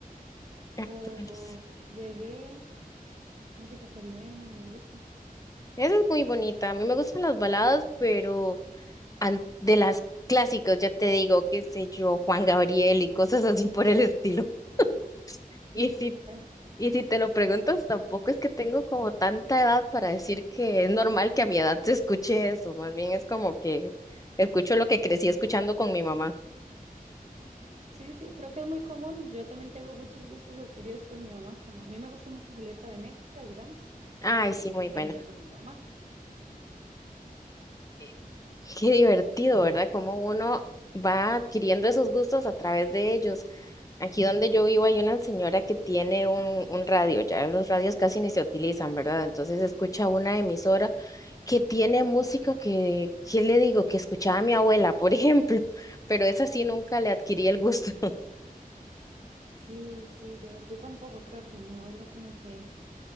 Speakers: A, on the left (about 20°); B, on the right (about 45°).
A: Actuales.
B: o, o reggae, música caribeña, me gusta.
A: Esa es muy bonita. A mí me gustan las baladas, pero an- de las clásicas, ya te digo, qué sé yo, Juan Gabriel y cosas así por el estilo. <laughs> Y
B: Sí,
A: si
B: sí, claro.
A: Y si te lo preguntas, tampoco es que tengo como tanta edad para decir que es normal que a mi edad se escuche eso. Más bien es como que escucho lo que crecí escuchando con mi mamá.
B: Sí, sí, creo que es muy común. Yo también tengo muchos gustos adquiridos por mi mamá, como a mí me gusta mucho Julieta Venegas, digamos,
A: Ay,
B: y
A: sí,
B: es totalmente
A: muy buena.
B: por mi mamá.
A: Eh, Qué divertido, ¿verdad? Cómo uno va adquiriendo esos gustos a través de ellos. Aquí donde yo vivo hay una señora que tiene un, un radio, ya los radios casi ni se utilizan, ¿verdad? Entonces escucha una emisora que tiene música que, ¿qué le digo? Que escuchaba a mi abuela, por <laughs> ejemplo, pero esa sí nunca le adquirí el gusto. <laughs>
B: Sí, sí, yo, yo tampoco creo que mi abuela como que...